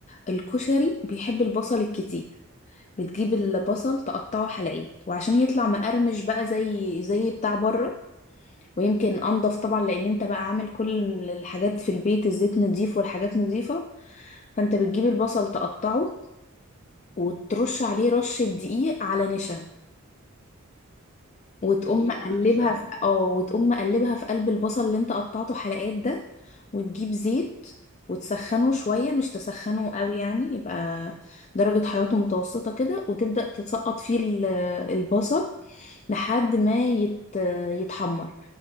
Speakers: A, on the left; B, on the left.
A: الكشري بيحب البصل الكتير بتجيب البصل تقطعه حلقات وعشان يطلع مقرمش بقى زي زي بتاع بره ويمكن انضف طبعا لان انت بقى عامل كل الحاجات في البيت الزيت نضيف والحاجات نضيفه فانت بتجيب البصل تقطعه وترش عليه رشة دقيق على نشا وتقوم
B: دقيقة
A: مقلبها
B: على نشا
A: في اه وتقوم مقلبها في قلب البصل اللي انت قطعته حلقات ده وتجيب زيت وتسخنه شوية مش تسخنه قوي يعني يبقى درجة حرارته متوسطة كده وتبدأ تسقط فيه ال- البصل لحد ما يت يتحمر